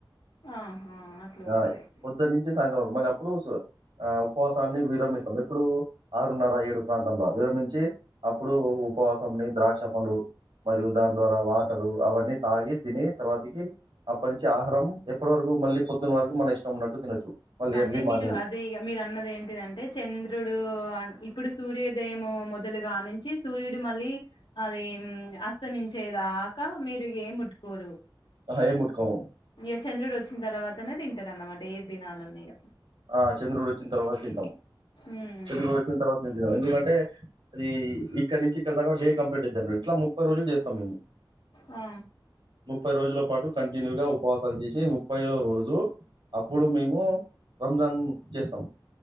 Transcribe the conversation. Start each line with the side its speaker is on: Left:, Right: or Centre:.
Left: ఆహా అట్లు ఉంటరయితే
Right: ఆ! పొద్దున్న నుంచి సాయంత్రం వరకు. మళ్ళీ అప్పుడు ఆ ఉపవాసాన్ని విరమిస్తంది ఎప్పుడు ఆరున్నార ఏడు ప్రాంతంలో విర నుించి అప్పుడు ఉపవాసంని ద్రాక్ష పండు మరియు దాని ద్వారా వాటరు అవన్నీ తాగి తిని తర్వాతికి అప్పటి నుంచి ఆహారం ఎప్పటి వరకు మళ్ళీ పొద్దున్న వరకు మన ఇష్టం ఉన్నట్టు తినొచ్చు మళ్ళీ
Left: అంటే
Right: ఎర్లీ మార్నింగ్
Left: మీరు అదే ఇ మీరు అన్నది ఏంటిదంటే చెంద్ ద్రుడు ఇప్పుడు సూర్యోదయం మొదలుగానించి సూర్యుడు మళ్ళీ అది అస్తమించేదాక మీరు ఏముట్కోరు
Right: అయే ముట్కోము
Left: ఇక చంద్రుడు వచ్చిన తర్వాతనే తింటారు అన్నమాట ఏదినాలన్నా ఇగ
Right: ఆ చంద్రుడు వచ్చిన తర్వాత తింటాం
Left: ఉమ్
Right: చంద్రుడు వచ్చిన తర్వాతే తింటాం ఎందుకంటే అంటే అది ఇక్కడ నుంచి ఇక్కడ దాకా డే కంప్లీట్ ఇద్దండ ఇట్లా ముప్పై రోజులు చేస్తాం మేము
Left: ఆ
Right: ముప్పై రోజుల పాటు కంటిన్యూగా ఉపవాసాలు చేసి ముప్పై రోజు అప్పుడు మేము ఓ రంజాన్ చేస్తాం